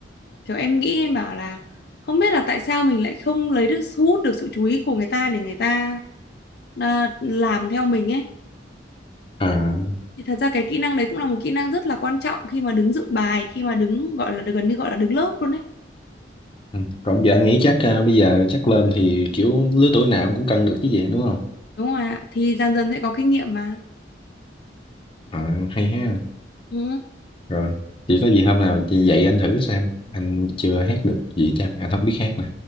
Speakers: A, on the left; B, on the left.
A: kiểu em nghĩ em bảo là không biết là tại sao mình lại không lấy được thu hút được sự chú ý của người ta để người ta à, làm theo mình ấy
B: à
A: Thì thật ra cái kỹ năng đấy cũng là một kỹ năng rất là quan trọng khi mà đứng dựng bài, khi mà đứng gọi là gần như gọi là đứng lớp luôn đấy.
B: ừ, còn giờ anh nghĩ chắc ờ, bây giờ chắc lên thì kiểu lứa tuổi nào cũng cân được chứ gì đúng không
A: Đúng rồi ạ. Thì dần dần sẽ có kinh nghiệm mà.
B: ờ hay ha
A: Ừ.
B: rồi chỉ có gì hôm nào chị dạy anh thử xem anh chưa hát được gì chăng anh không biết hát nè